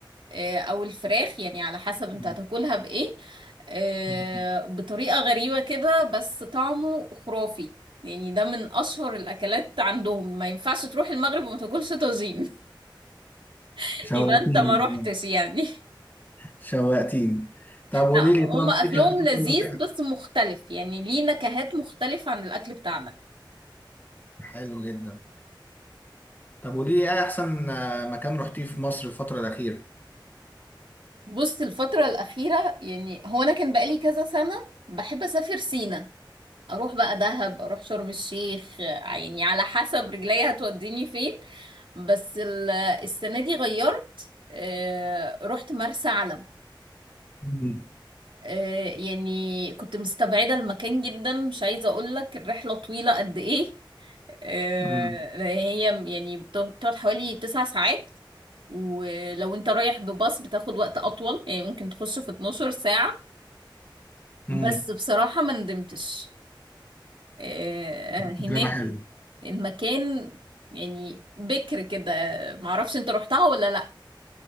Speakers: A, on the right; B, on the left.
A: آه، أو الفراخ يعني على حسب انت
B: أمم،
A: هتاكلها بإيه آه،
B: أمم.
A: بطريقة غريبة كده بس طعمه خرافي يعني ده من أشهر الأكلات عندهم ما ينفعش تروح المغرب وما تاكلش طاجين <laughs>
B: شوقتيني
A: يبقى انت ما روحتش يعني
B: شوقتيني طب قوليلي
A: لا
B: طب
A: هما أكلهم
B: ايه كان
A: لذيذ
B: اول
A: بس مختلف يعني ليه نكهات مختلفة عن الأكل بتاعنا
B: حلو جدا طب ودي ايه احسن آه، مكان رحتيه في مصر الفترة الأخيرة
A: بص الفترة الأخيرة يعني هو أنا كان بقالي كذا سنة بحب أسافر سينا اروح بقى دهب اروح شرم الشيخ آه، يعني على حسب رجليا هتوديني فين بس ال- السنة دي غيرت آه، رحت مرسى علم
B: امم
A: آه، يعني كنت مستبعدة المكان جدا مش عايزة اقولك الرحلة طويلة قد ايه آه،
B: امم
A: هي يعني بت- بتقعد حوالي تسع ساعات ولو انت رايح بباص بتاخد وقت اطول يعني ممكن تخش في 12 ساعة
B: امم
A: بس بصراحة ما ندمتش آه، هناك
B: تجربة حلوة
A: المكان يعني بكر كده معرفش انت روحتها ولا لا